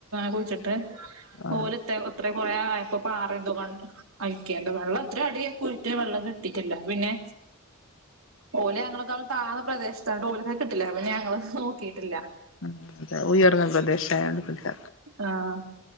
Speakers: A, on the right (about 85°); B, on the left (about 65°).
A: കുഴിച്ചിട്ടെ
B: ആ
A: ഓലത്തെ അത്ര കൊറേ ആയപ്പോ പാറ ന്തോ കണ്ട് അയിക്കേണ്ട വെള്ളം അത്ര അടിക്ക് കുയ്യച്ച് വെള്ളം കിട്ടിട്ടില്ല പിന്നെ ഓല് ഞങ്ങളെ കാളും താന്ന പ്രദേശത്ത ഓലിക്ക് കിട്ടില്ല പിന്നെ ഞങ്ങള് നോക്കിയിട്ടില്ല
B: ആഹ് അതെ ഉയർന്ന പ്രദേശായോണ്ട് ഇല്ല
A: ആഹ്